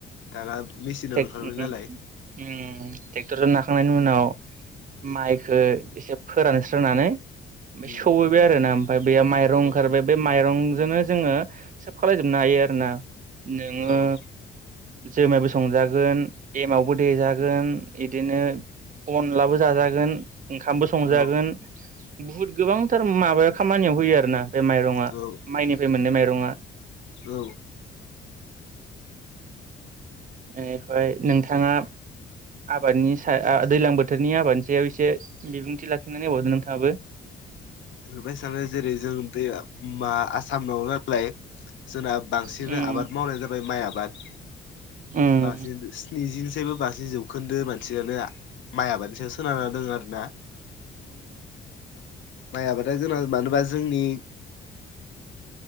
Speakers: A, on the left (about 70°); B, on the right (about 40°).
A: दाना मेचिनाव
B: टेक
A: ओंखारबाय
B: उम
A: नालाय
B: उम। उम ट्रेक्टर ज नाखांनायनि उनाव माइखो एसे फोरानस्रोनानै
A: उम
B: सौहैबाय आरोना ओमफाय बे माइरं
A: औ
B: ओंखारबाय बे माइरं जोनो जोङो सोब खालायजोबनो हायो आरोना। नोङो
A: औ
B: जोमायबो संजागोन एमावबो देजागोन। बिदिनो अन लाबो जाजागोन। ओंखामबो संजागोन।
A: औ
B: बुहुद गोबांथार माबायाव खामानियाव होयो आ रोना बे माइरंआ
A: औ
B: माइनिफ्राय मोनै माइरंआ। <inaudible>
A: औ।
B: बेनिफ्राय नोंथाङा आबादनि सायाव दैलां बोथोरनि आबादनि सायाव एसे बिबुंथि लाखिनानै होबावदों नोंथाङाबो।
A: नुबाय थानाय जेरै जों दै आसामाव नालाय जोंना बांसिन
B: बे
A: आबाद मावनायानो जाबाय माइ आबाद।
B: बोथोराव
A: बांसिन स्निजिनिसोनि बांसिन जौखोन्दो मानसियानो माइ आबादनि सायाव सोनारा दों आरो ना। माइ आबादा गोनां मानोबा जोंनि